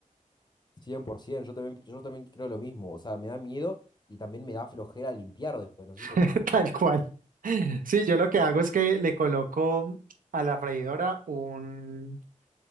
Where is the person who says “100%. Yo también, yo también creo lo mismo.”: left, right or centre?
Left